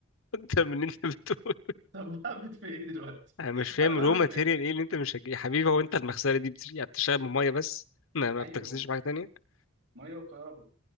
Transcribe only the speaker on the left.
أكتر من اللي أنت بتقول
أنا مش فاهم
رو ماتيريال
إيه اللي أنت مش هتجيب يا حبيبي هو أنت المغسلة دي بتش- يعني بتشتغل بمية بس ما ما
بتغسلش
بحاجة تانية